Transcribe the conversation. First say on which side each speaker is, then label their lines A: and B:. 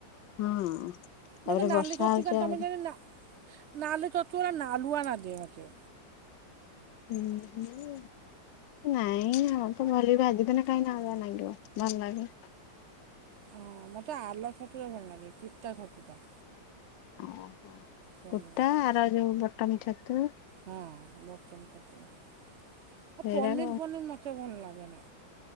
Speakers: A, on the left; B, on the right.
A: ହଁ ତାପରେ
B: ମତେ ନାଲି
A: ବର୍ଷା
B: ଛତୁ
A: ହଉଛି
B: ଟା ତମେ
A: ଆହୁରି
B: ଜଣ ନା- ନାଲି ଛତୁ ଟା ନାଲୁଆ ଲାଗେ ମୋତେ।
A: ହୁଁ ହୁଁ ନାଇଁ ଆମର ତ ଭଲେଇ ଭାଜି ଦେଲେ କାହିଁ ନାଳୁଆ ଲାଗିବ ଭଲ ଲାଗେ।
B: ହଁ ମୋତେ ଆଲ ଛତୁଟା ଭଲ ଲାଗେ ଚୁତା ଛତୁଟା।
A: ଓହୋ
B: ଭଲ
A: କୁର୍ତା
B: ଲାଗେ
A: ଆର ଯୋଉ ବଟନ ଛତୁ।
B: ହଁ ବଟନ ଛତୁଟା ଆଉ
A: ସେଇରାକ
B: ପନିର ପନିର୍ ମୋତେ ଭଲ ଲାଗେନି।